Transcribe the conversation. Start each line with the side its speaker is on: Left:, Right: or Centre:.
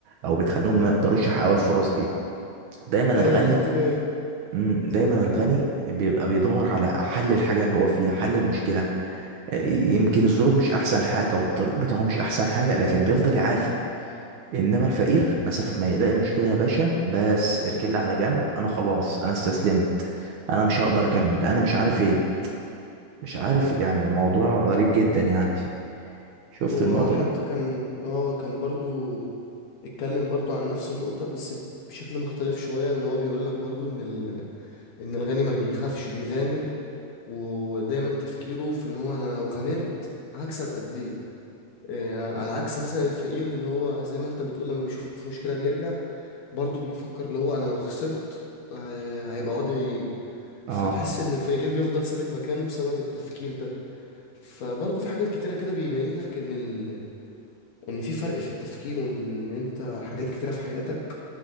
Right: او بتخليهم ما يقدروش يحققوا الفرص دي دايما
Left: ايوه
Right: الغني
Left: خدت بالي
Right: مم، دايما الغني بيبقى بيدور على حل الحاجة اللي هو فيها حل المشكلة آه، يمكن الظروف مش احسن حاجة والطريق بتاعه مش احسن حاجة لكن بيفضل يعافر انما الفقير مسافة ما يلاقي مشكلة يا باشا بس اركل على جنب انا خلاص انا استسلمت انا مش هقدر اكمل انا مش عارف ايه مش عارف يعني موضوع غريب جدا يعني شفت
Left: هو
Right: النقطة
Left: حتى
Right: دي
Left: كان اه كان برضو اتكلم برضو عن نفس النقطة بس بشكل مختلف شوية ان هو بيقول لك برضو ان ال... ان الغني ما بيخافش بيغامر ودايما تفكيره في ان هو انا لو غامرت هكسب قد ايه آه، على عكس مثلا الفقير اللي هو زي ما انت بتقول لما بيشوف مشكلة بيرجع برضه بيفكر اللي هو انا لو خسرت آه، هيبقى وضعي ايه
Right: اه
Left: فتحس ان الفقير بيفضل ثابت مكانه بسبب التفكير ده فبرضه في حاجات كتيرة كده بيبين لك ان ال... ان في فرق في التفكير وان انت حاجات كتيرة في حياتك